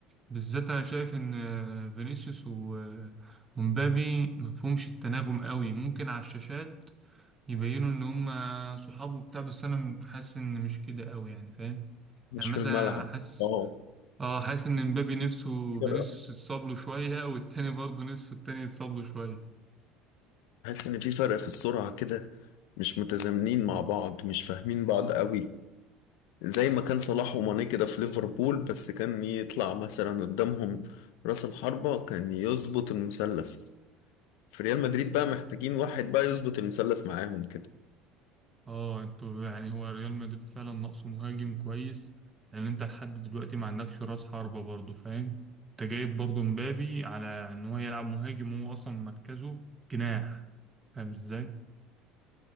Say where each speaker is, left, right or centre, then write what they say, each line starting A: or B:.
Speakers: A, on the right; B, on the left.
A: بالذات انا شايف ان آه، فينيسيوس و... آه، ومبابي مفهومش التناغم قوي ممكن على الشاشات يبينوا ان هم صحاب وبتاع بس انا حاسس ان مش كده قوي يعني فاهم
B: مش
A: يعني مثلا
B: في الملعب
A: انا حاسس
B: اه
A: اه حاسس ان مبابي نفسه
B: في فرق.
A: فينيسيوس يتصاب له شويه والتاني برضه نفسه التاني يتصاب له شويه
B: حاسس ان في فرق في السرعة كده مش متزامنين مع بعض مش فاهمين بعض قوي زي ما كان صلاح وماني كده في ليفربول بس كان يطلع مثلا قدامهم راس الحربة كان يظبط المثلث في ريال مدريد بقى محتاجين واحد بقى يظبط المثلث معاهم كده
A: اه انتوا يعني هو ريال مدريد فعلا ناقصه مهاجم كويس لان انت لحد دلوقتي ما عندكش راس حربه برضه فاهم انت جايب برضه مبابي على ان هو يلعب مهاجم وهو اصلا مركزه جناح فاهم ازاي